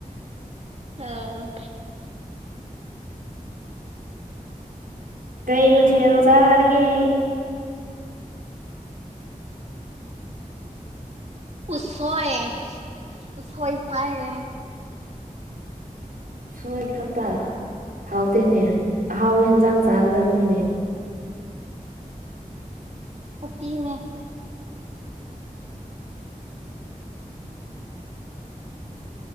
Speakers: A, on the right (about 50°); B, on the right (about 75°).
A: ꯑ
B: ꯀꯩ ꯃꯊꯦꯜ ꯆꯥꯂꯒꯦ
A: ꯎꯁꯣꯏ ꯎꯁꯣꯏ ꯄꯥꯏꯔꯦ
B: ꯁꯣꯏ ꯈꯛꯇ ꯍꯥꯎꯇꯦꯅꯦ ꯑꯍꯥꯎꯕ ꯍꯟꯖꯥꯡ ꯆꯥꯒꯗꯕꯅꯤꯅꯦ <inaudible>
A: ꯑꯣꯠꯇꯤꯅꯦ